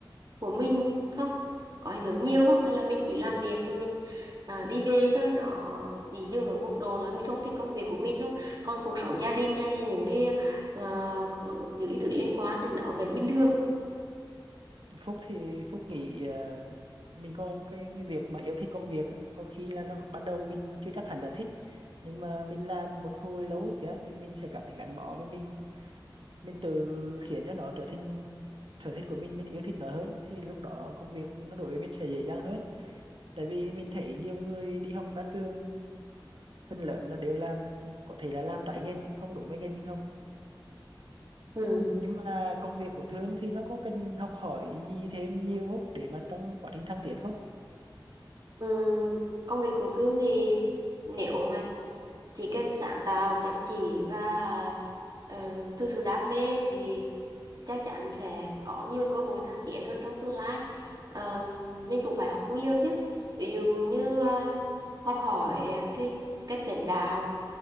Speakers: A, on the right; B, on the right.
A: của mình không có ảnh hưởng nhiều không hay là mình chỉ làm việc rồi mình à, đi về thôi nó chỉ dừng ở mức độ là mình không thích công việc của mình thôi còn cuộc sống gia đình hay những cái ờ, những cái thứ liên quan thì nó vẫn bình thường
B: Phúc thì Phúc nghĩ ờ, mình có cái, cái việc mà yêu thích công việc á, có khi là nó ban đầu mình chưa chắc hẳn là thích nhưng mà mình làm một hồi lâu kìa thì mình sẽ cảm thấy gắn bó với mình mình tự khiến cho nó trở thành sở thích của mình mình yêu thích nó hơn thì lúc đó công việc nó đối với mình sẽ dễ dàng hơn tại vì mình thấy nhiều người đi học ra trường phần lớn là đều làm có thể là làm trái ngành không đúng với ngành mình học
A: ừ
B: nhưng mà công việc của Thương thì nó có cần học hỏi gì thêm nhiều không để mà trong quá trình thăng tiến không
A: Ừm, công việc của Thương thì nếu mà chỉ cần sáng tạo chăm chỉ và uh, thực sự đam mê thì chắc chắn sẽ có nhiều cơ hội thăng tiến hơn trong tương lai Ờ, mình cũng phải học nhiều chứ ví dụ như ờ, học hỏi cái cách lãnh đạo